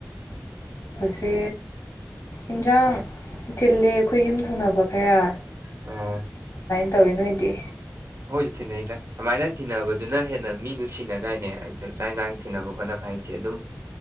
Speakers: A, on the left (about 80°); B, on the right (about 70°).
A: ꯁꯦ ꯏꯟꯖꯥꯡ ꯊꯤꯜꯂꯦ ꯑꯩꯈꯣꯏ ꯌꯨꯝ ꯊꯪꯅꯕ ꯈꯔ
B: ꯑ
A: ꯇꯧꯋꯦ ꯅꯣꯏꯗꯤ
B: ꯍꯣꯏꯁꯨ ꯊꯤꯟꯅꯩꯗ ꯑꯗꯨꯃꯥꯏꯅ ꯊꯤꯅꯕꯗꯨꯅ ꯍꯦꯟꯅ ꯃꯤ ꯅꯨꯡꯁꯤꯅꯗꯥꯏꯅꯦ ꯆꯥꯛ ꯆꯥꯏꯀꯟꯗ ꯊꯤꯅꯕ ꯈꯣꯠꯅꯕ ꯍꯥꯏꯁꯦ ꯑꯗꯨꯝ